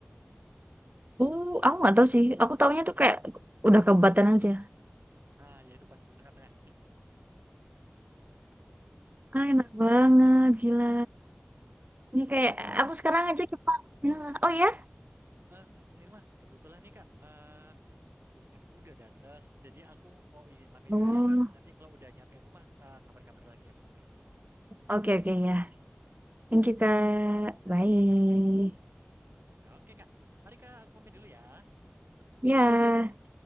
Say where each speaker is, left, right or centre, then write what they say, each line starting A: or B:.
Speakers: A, on the right; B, on the right.
A: Uh, aku nggak tahu sih. Aku taunya tuh kayak udah kabupaten aja.
B: Nah, ya itu pas tengah-tengah
A: Ah, enak banget,
B: gitu.
A: gila. Ini
B: Oh
A: kayak
B: iya Kak Nirma,
A: aku sekarang aja ke Pak. Ya. Oh ya?
B: eh Kak Nirma, kebetulan nih Kak, eh buku aku udah datang. Jadi aku mau izin pamit
A: Oh,
B: dulu ya Kak. Nanti kalau udah nyampe rumah, eh, kabar-kabar lagi aku nanti.
A: oke oke ya.
B: Oke,
A: Thank you Kak. Bye.
B: Oke Kak, mari Kak, aku pamit dulu ya.
A: Ya.